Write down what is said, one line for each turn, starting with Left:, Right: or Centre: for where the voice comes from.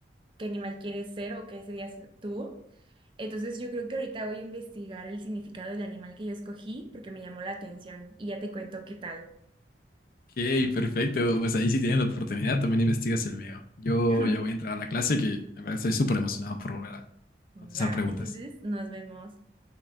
Right: qué animal quieres ser o qué serías tú. Entonces yo creo que ahorita voy a investigar el significado del animal que yo escogí porque me llamó la atención y ya te cuento qué tal.
Left: Ok, perfecto. Pues ahí sí tienen la oportunidad, también investigas el mío. Yo
Right: <laughs>
Left: ya voy a entrar a la clase que de verdad estoy súper emocionado por volver a
Right: Va,
Left: contestar preguntas.
Right: entonces nos vemos.